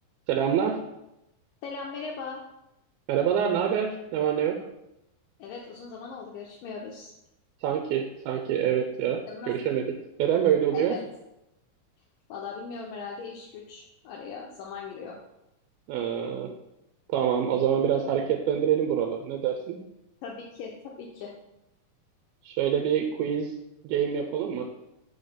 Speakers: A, on the right; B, on the left.
A: Selamlar.
B: Selam merhaba.
A: Merhabalar. Ne haber? Ne var ne yok?
B: Evet uzun zaman oldu görüşmüyoruz.
A: Sanki, sanki evet ya.
B: Değil mi?
A: Görüşemedik. Neden böyle oluyor?
B: Evet. Valla bilmiyorum herhalde iş güç araya zaman giriyor.
A: Ee, tamam. O zaman biraz hareketlendirelim buraları. Ne dersin?
B: Tabii ki tabii ki.
A: Şöyle bir quiz game yapalım mı?